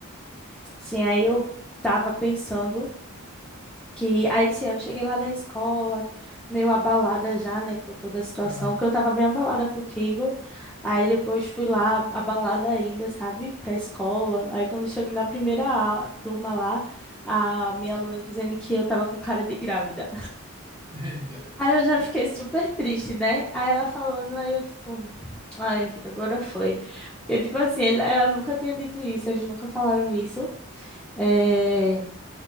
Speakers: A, in the centre; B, on the right (about 20°).
A: Sim, aí eu tava pensando Que aí sim, eu cheguei lá na escola, meio abalada já, né, com toda a situação,
B: Aham.
A: que eu tava bem abalada contigo. Aí depois fui lá abalada ainda, sabe, pra escola. Aí quando eu chego na primeira a- turma lá, a minha aluna dizendo que eu tava com cara de grávida.
B: <laughs> Eita.
A: Aí eu já fiquei super triste, né? Aí ela falando, aí eu tipo, ai, agora foi. Porque tipo assim, ela ela nunca tinha dito isso, eles nunca falaram isso. É,